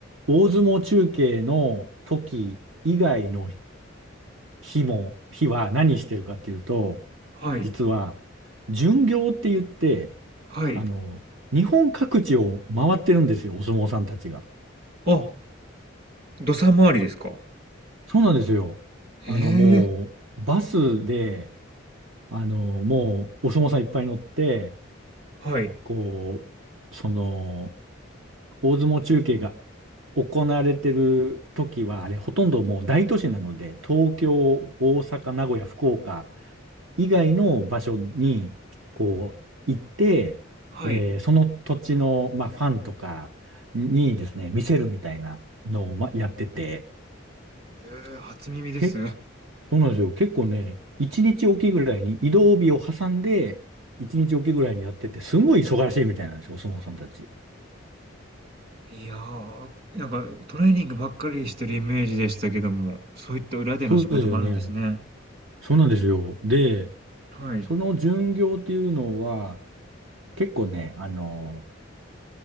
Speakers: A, on the right; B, on the right.
A: 大相撲中継の時以外の日も、日は何してるかっていうと、
B: はい、
A: 実は、巡業って言って、
B: はい。
A: あの日本各地を回ってるんですよ、お相撲さんたちが。
B: あ、土佐回りですか。
A: そうなんですよ。
B: へえ、
A: あの、もう、バスで、あの、もう、お相撲さんいっぱい乗って、
B: はい、
A: こう、その、大相撲中継が行われてる時は、あれ、ほとんどもう大都市なので、東京、大阪、名古屋、福岡以外の場所に、こう、行って、
B: はい。
A: えーその土地の、まあ、ファンとかにですね、見せるみたいなのを、まあ、やってて、
B: へえ、初耳です。
A: け、そうなんですよ。結構ね、一日おきぐらいに移動日を挟んで、一日おきぐらいにやってて、すごい忙しいみたいなんですよ、お相撲さんたち。
B: いやー、なんかトレーニングばっかりしてるイメージでしたけども、そういった裏での仕事もあるんですね。
A: そうですよね。そうなんですよ。で、
B: はい、
A: その巡業っていうのは、結構ね、あの、